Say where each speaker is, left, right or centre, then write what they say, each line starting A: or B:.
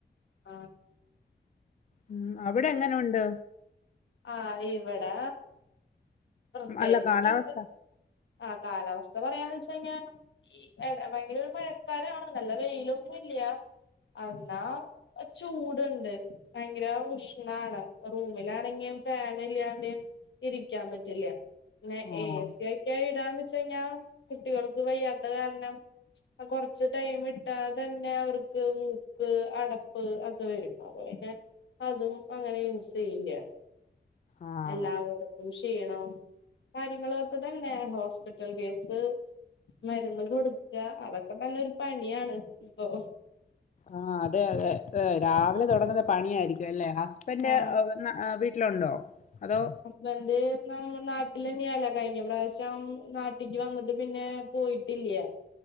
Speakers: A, on the left; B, on the left.
A: ആഹ്
B: ഉം
A: അത്
B: അവ്ടെ
A: ശരി
B: എങ്ങനെ ഉണ്ട്
A: ആഹ് ഇവെടാ പ്രത്യേകിച്ച്
B: അല്ല കാലാവസ്ഥ
A: <unintelligible> ആഹ് കാലാവസ്ഥ പറയാന്ന് വെച്ച് കഴിഞ്ഞാ ഈ എട ഭയങ്കരൊരു മഴക്കാലാണ് നല്ല വെയിലൊന്നും ഇല്ല്യാ എന്നാ ചൂട്ണ്ട് ഭയങ്കര ഉഷ്ണാണ് പ്പൊ റൂമിലാണെങ്ങിം ഫാൻ ഇല്ല്യാണ്ടേ ഇരിക്കാൻ പ റ്റില്ല പിന്നെ
B: ആഹ്
A: ഏ സി ഒക്കെ ഇടാന്ന് വെച്ചെയ്‌ഞ്ഞാ കുട്ടികൾക്ക് വയ്യാത്ത കാരണം ആ കൊറച്ച് ടൈം ഇട്ടാൽ തന്നെ അവർക്ക് മൂക്ക് അടപ്പ് അ ക്കെ വരും അപ്പൊ പിന്നെ അതും അങ്ങനെ യൂസ് ചെയ്യില്ല്യ
B: ആഹ്
A: എല്ലാവർക്കും ക്ഷീണം കാര്യങ്ങളൊക്കെ തന്നേ ഹോസ്പിറ്റൽ കേസ് മര്ന്ന് കൊട്ക്കാ അതൊക്കെ തന്നെ ഒരു പണിയാണ് ഇപ്പൊ
B: ആഹ് അതെ അതെ ഏഹ് രാവിലെ തൊടങ്ങ്ന്ന പണിയായിരിക്കും അല്ലേ ഹസ് ബന്റ്
A: ആഹ്
B: എ നാ ഏ വീട്ടിലുണ്ടോ അതോ
A: ബന്റ് നമ്മ നാട്ടിലന്നെയാണ് കഴിഞ്ഞ പ്രാവശ്യം നാട്ടിക്ക് വന്ന്ട്ട് പിന്നേ പോയിട്ടില്ല്യ